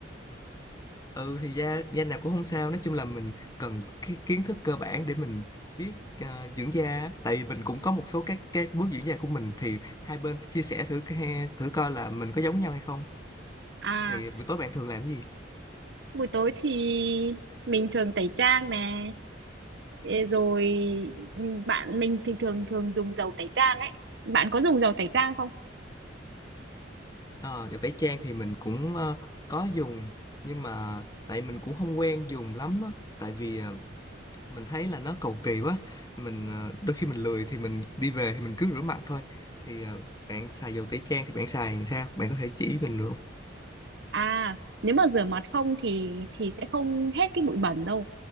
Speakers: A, on the left; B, on the right.
A: Ừ thì da da nào cũng không sao, nói chung là mình cần cái kiến thức cơ bản để mình biết à, dưỡng da, á. tại vì mình cũng có một số các cái bước dưỡng da của mình thì hai bên chia sẻ thử cái- thử coi là mình có giống nhau hay không.
B: À,
A: Thì buổi tối bạn thường làm cái gì?
B: buổi tối thì mình thường tẩy trang nè, Ê, rồi ừ, bạn mình thì thường thường dùng dầu tẩy trang ấy. Bạn có dùng dầu tẩy trang không?
A: Ờ, đồ tẩy trang thì mình cũng ờ, có dùng nhưng mà tại mình cũng không quen dùng lắm á. Tại vì à, mình thấy là nó cầu kỳ quá mình ờ, đôi khi mình lười thì mình đi về thì mình cứ rửa mặt thôi thì ờ, bạn xài dầu tẩy trang thì bạn xài làm sao bạn có thể chỉ mình được không?
B: À, nếu mà rửa mặt không thì thì sẽ không hết cái bụi bẩn đâu.